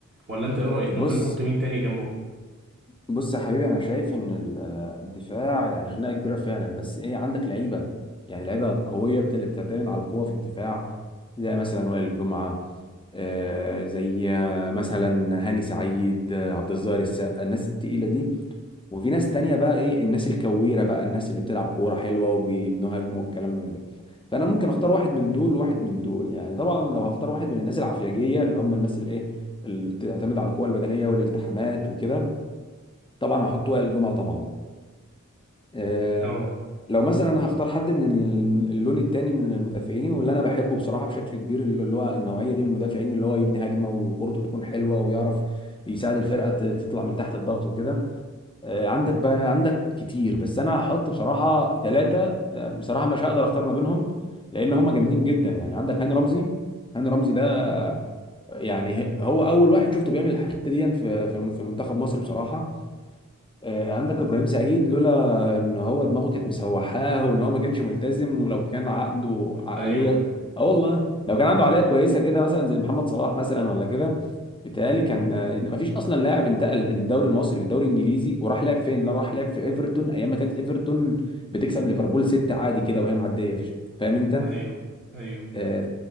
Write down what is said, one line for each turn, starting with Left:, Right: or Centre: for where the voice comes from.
Right: ولا انت ايه رأيك
Left: بص
Right: ممكن نحط مين تاني جنبه
Left: بص يا حبيبي انا شايف ان ال- آه، الدفاع يعني خناقه كبيره فعلا بس ايه عندك لعيبه يعني لعيبه قويه بت- بتعتمد على القوه في الدفاع زي مثلا وائل جمعه آه، زي آه، مثلا هاني سعيد آه، عبد الظاهر السقا الناس التقيله دي وفي ناس تانية بقى ايه الناس الكويره بقى الناس اللي بتلعب كوره حلوه وبيبنوا هجمه والكلام من ده فانا ممكن اختار واحد من دول وواحد من دول يعني طبعا لو هختار واحد من الناس العفياجيه اللي هم الناس اللي ايه اللي بتعتمد على القوه البدنيه والالتحامات وكده طبعا هحط وائل الجمعه طبعا آه
Right: اه
Left: لو مثلا هختار حد من ال- اللون التاني من المدافعين واللي انا بحبه بصراحه بشكل كبير اللي اللي هو النوعيه دي من المدافعين اللي هو يبني هجمه وكورته تكون حلوه ويعرف يساعد الفرقه ت- تطلع من تحت الضغط وكده آه عندك بقى عندك كتير بس انا هحط بصراحه ثلاثه آه بصراحه مش هقدر اختار ما بينهم لان هم جامدين جدا يعني عندك هاني رمزي هاني رمزي ده
Right: <laughs>
Left: يعني هو اول واحد شفته بيعمل الحته دي في في في منتخب مصر بصراحه آه، عندك ابراهيم سعيد لولا ان هو دماغه كانت مسوحاه وان هو ما كانش ملتزم ولو كان عنده عقليه
Right: ايوه
Left: اه والله لو كان عنده عقليه كويسه كده مثلا زي محمد صلاح مثلا ولا كده بيتهيألي كان آه، ما فيش اصلا لاعب انتقل من الدوري المصري للدوري الانجليزي وراح لعب فين؟ لا راح لعب في ايفرتون ايام ما كانت ايفرتون بتكسب ليفربول ستة عادي كده وهي معديه فيش فاهم انت؟
Right: ايوه ايوه
Left: آه،